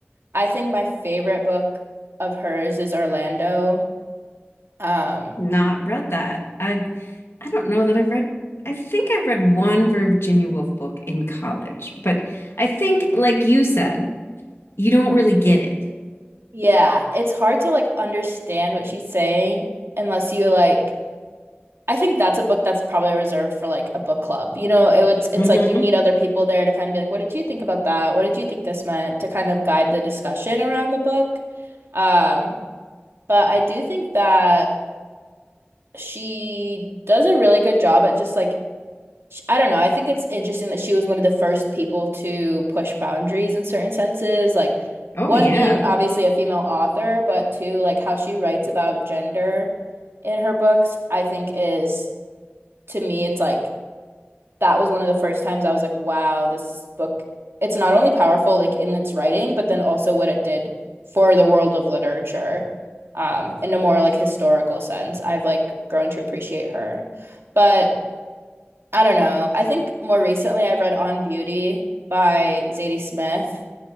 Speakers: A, on the right (about 75°); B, on the left (about 80°).
A: I think my favorite book of hers is Orlando. Um,
B: not read that. I I don't know that I've read I think I've read one Virginia Woolf book in college, but I think like you said, you don't really get it.
A: yeah, it's hard to like understand what she's saying unless you like. I think that's a book that's probably reserved for like a book club. You know, it, it's it's
B: hmm
A: like you need other people there to kind of be like, what did you think about that? What did you think this meant? To kind of guide the discussion around the book. Um, But I do think that she does a really good job at just like, sh- I don't know. I think it's interesting that she was one of the first people to push boundaries in certain senses. Like,
B: Oh
A: one
B: yeah.
A: being obviously a female author, but two, like how she writes about gender in her books, I think is to me, it's like, that was one of the first times I was like, wow, this book, it's not only powerful like in its writing, but then also what it did for the world of literature, um, in a more like historical sense. I've like grown to appreciate her. But I don't know. I think more recently I've read On Beauty by Zadie Smith.